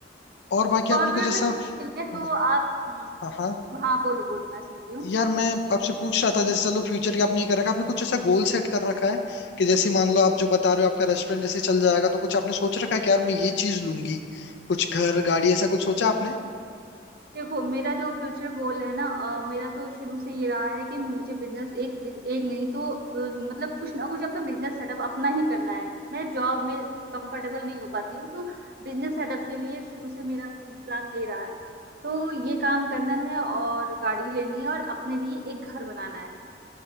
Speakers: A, on the left; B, on the right.
A: और बाकी
B: कॉर्पोरेट
A: आपने कुछ ऐसा
B: में सुकून नहीं है तो
A: हाँ
B: आप हम्म
A: हाँ हाँ।
B: हाँ बोलो बोलो मैं सुन रही हूँ
A: यार मैं आपसे पूछ रहा था जैसे चलो फ्यूचर की आपने ये कर रखा है आपने कुछ ऐसा गोल सेट कर रखा है कि जैसे मान लो आप जो बता रहे हो आपका रेस्टोरेंट जैसे चल जाएगा तो कुछ आपने सोच रखा है कि यार मैं ये चीज लूंगी कुछ घर गाड़ी ऐसा कुछ सोचा आपने
B: देखो मेरा जो फ्यूचर गोल है ना अ, मेरा तो शुरू से ये रहा है कि मुझे बिजनेस एक एक नहीं तो अ, मतलब कुछ ना कुछ अपना बिजनेस सेटअप अपना ही करना है मैं जॉब में कंफर्टेबल नहीं हो पाती हूँ तो बिजनेस सेटअप के लिए शुरू से मेरा प्लान यही रहा है तो ये काम करना है और गाड़ी लेनी है और अपने लिए एक घर बनाना है